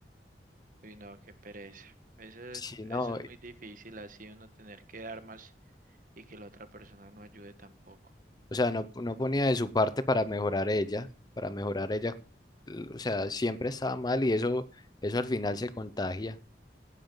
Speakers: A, on the right (about 50°); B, on the left (about 25°).
A: Uy, no, qué pereza. Eso es,
B: Sí,
A: eso
B: no,
A: es
B: o
A: muy difícil, así uno tener que dar más y que la otra persona no ayude tampoco.
B: sea, no, no ponía de su parte para mejorar ella, para mejorar ella. O sea, siempre estaba mal y eso, eso al final se contagia.